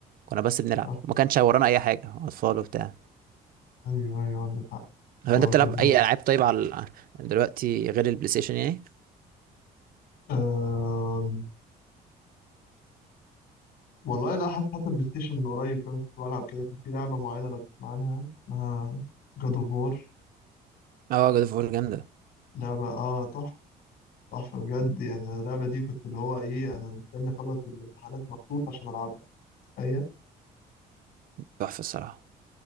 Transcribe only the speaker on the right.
كنا بس بنلعب
ما كانش ورانا اي حاجة اطفال وبتاع
هو
انت بتلعب
اي العاب طيب على ال- دلوقتي غير البلاي ستيشن يعني
اه جود اوف وور جامدة
تحفة الصراحة